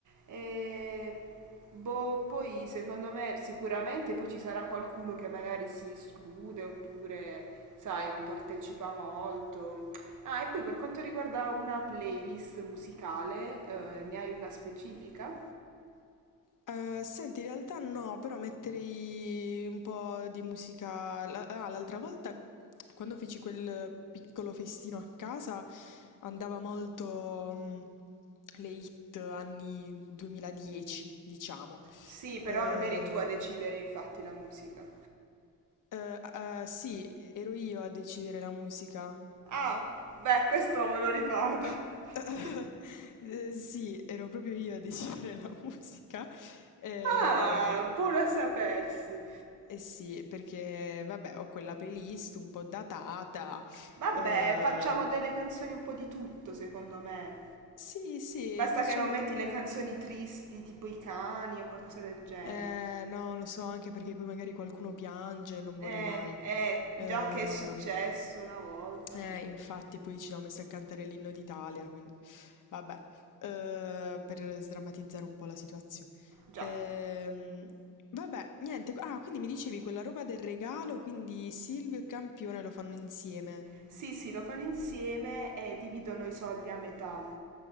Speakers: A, on the right; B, on the left.
A: E... Boh, poi secondo me sicuramente poi ci sarà qualcuno che magari si esclude oppure, sai, non partecipa molto. Ah, e poi per quanto riguarda una playlist musicale, eh, ne hai una specifica?
B: Eh, senti, in realtà no, però metterei un po' di musica. la- Ah, l'altra volta, quando feci quel piccolo festino a casa, andava molto, mh, le hit anni 2010, diciamo.
A: Sì, però
B: Eh,
A: non eri tu a decidere infatti la musica.
B: eh, eh, sì, ero io a decidere la musica.
A: Ah, beh, questo me lo ricordo.
B: Eh,
A: <laughs>
B: <laughs> eh, sì, ero proprio io a decidere la <laughs> musica. Ehm,
A: Ah, buono a sapersi.
B: Eh sì, perché vabbè, ho quella playlist un po' datata.
A: Vabbè,
B: eh,
A: facciamo delle canzoni un po' di tutto, secondo me.
B: sì, sì,
A: Basta
B: facciamo
A: che non metti
B: un...
A: le canzoni tristi, tipo i cani o qualcosa del genere.
B: Eh, no, lo so, anche perché poi magari qualcuno piange, non vorrei
A: Eh,
B: mai.
A: eh,
B: Eh,
A: già che è successo una volta.
B: eh, infatti, poi ci siamo messi a cantare l'inno d'Italia, quindi vabbè, eh, per sdrammatizzare un po' la situazione.
A: Già.
B: Ehm, vabbè, niente. Ah, quindi mi dicevi quella roba del regalo, quindi Silvio e Campione lo fanno insieme.
A: Sì, sì, lo fanno insieme e dividono i soldi a metà.